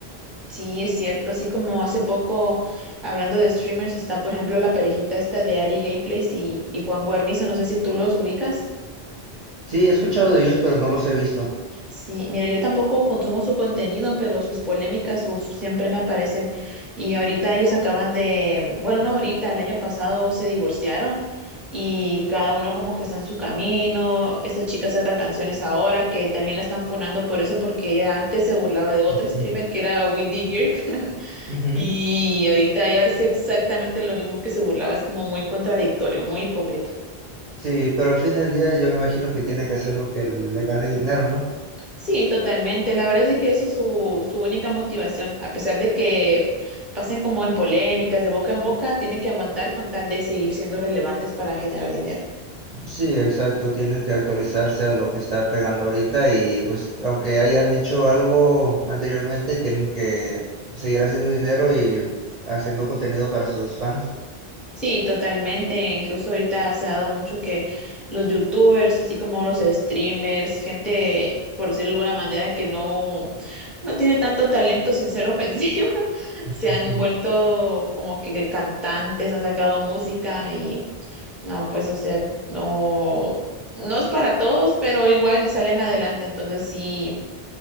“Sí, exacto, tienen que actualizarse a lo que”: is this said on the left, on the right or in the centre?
Right